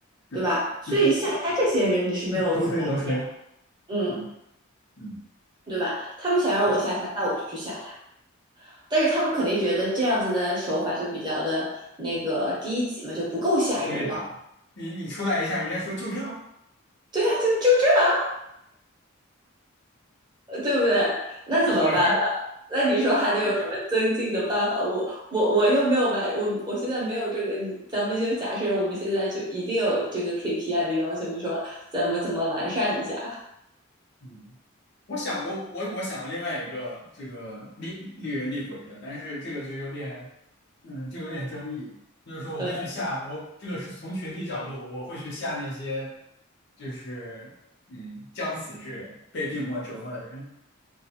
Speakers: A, on the left; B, on the right.
A: 是，
B: 对吧？所以吓他这些人你是没有负担
A: 就是求锤得锤，
B: 的嗯，
A: 嗯嗯。
B: 对吧？他们想让我吓他，
A: 对
B: 那我就去吓他。但是他们肯定觉得这样子的手法就比较的那个低级嘛，就不够吓人嘛。
A: 对呀，你你出来一下，人家说就这，
B: 对啊，就就这样，呃对不对？那怎么办呢？
A: 是。<laughs>
B: 那你说还能有什么增进的办法？我我我又没有办，我我现在没有这个。你咱们就假设我们现在就一定有这个 KPI 的要求，你说咱们怎么完善一下？
A: 嗯。我想过，我我想了另外一个这个厉厉人厉鬼的，但是这个就有点，嗯，就有点争议。就是说，我会去吓我这个是从群体角度，
B: 呃，
A: 我会去吓那些就是嗯将死之人，被病魔折磨的人